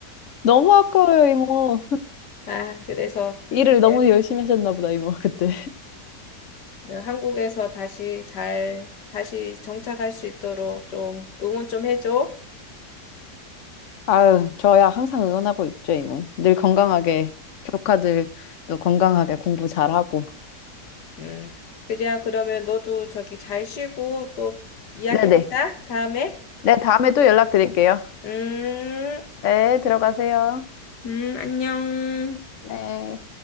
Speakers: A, on the left (about 50°); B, on the left (about 70°).
A: 너무 아까워요, 이모.
B: 아, 그래서
A: 일을 너무
B: 네,
A: 열심히 하셨나 보다, 이모, 그때.
B: 그 한국에서 다시 잘, 다시 정착할 수 있도록 좀 응원 좀 해줘.
A: 아유, 저야 항상 응원하고 있죠, 이모. 늘 건강하게, 조카들도 건강하게 공부 잘하고.
B: 음, 그래야 그러면 너도 저기 잘 쉬고 또 이야기하자,
A: 네네.
B: 다음에.
A: 네, 다음에 또 연락드릴게요.
B: 음,
A: 네, 들어가세요.
B: 음, 안녕.
A: 네.